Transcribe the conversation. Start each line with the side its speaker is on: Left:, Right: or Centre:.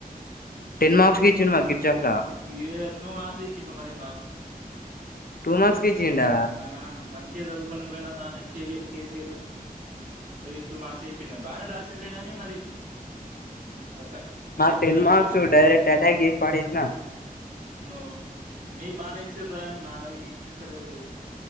Left: టెన్ మార్క్స్ కి ఇచ్చిండు మాకు కిర్చాఫ్ లా
Right: ఏ టూ మంత్స్ ఇంకమరి
Left: టూ మార్క్స్ కి ఇచ్చిండా
Right: ఆ మంచిగ చదువు కొని పోయిన నాన్న కేవఎల్ కేసల్లు అవి ట్వ మార్క్స్ ఇచ్చిన బానే రాసిలే గానీ మరి అట్ట
Left: మ
Right: అయిపోయింది
Left: టెన్
Right: ఏం
Left: మార్కసు
Right: చేయలేం
Left: డైరెక్ట్ ఎటాక్ చేసి పడేస్నా
Right: న మీకు బానే ఇచ్చారు కానీ మావి ఏమి ఇస్తలేదు